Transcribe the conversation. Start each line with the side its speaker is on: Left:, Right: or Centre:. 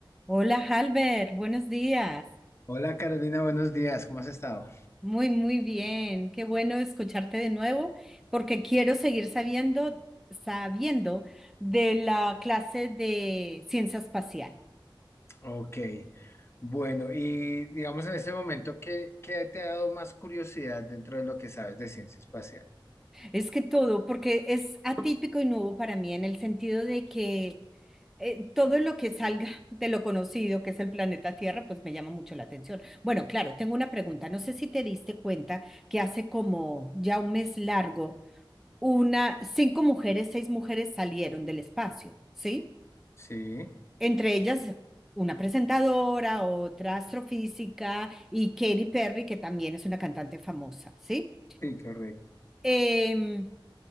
Centre: Hola, Halbert, buenos días.
Left: Hola Carolina, buenos días, ¿cómo has estado?
Centre: Muy, muy bien. Qué bueno escucharte de nuevo porque quiero seguir sabiendo, sabiendo de la clase de ciencia espacial.
Left: Ok, bueno, y digamos en este momento, ¿qué, qué te ha dado más curiosidad dentro de lo que sabes de ciencia espacial?
Centre: Es que todo, porque es atípico y nuevo para mí en el sentido de que eh, todo lo que salga de lo conocido, que es el planeta Tierra, pues me llama mucho la atención. Bueno, claro, tengo una pregunta. No sé si te diste cuenta que hace como ya un mes largo. una, cinco mujeres, seis mujeres salieron del espacio, ¿sí?
Left: Sí,
Centre: Entre ellas una presentadora, otra astrofísica y Katy Perry, que también es una cantante famosa, ¿sí?
Left: sí, correcto.
Centre: Em,